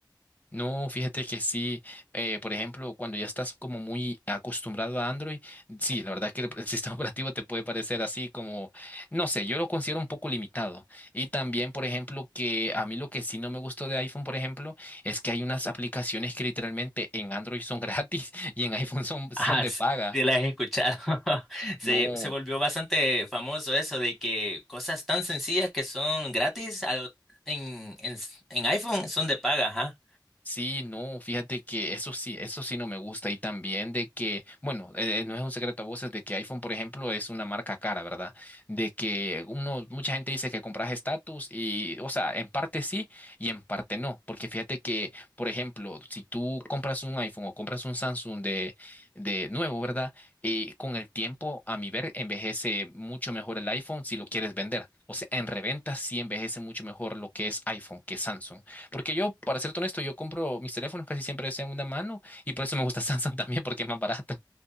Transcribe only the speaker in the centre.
<laughs>
Ajá,
sí,
sí la he escuchado. <laughs> Se,
se volvió bastante famoso eso de que cosas tan sencillas que son gratis algo en, en, en iPhone son de paga, ajá.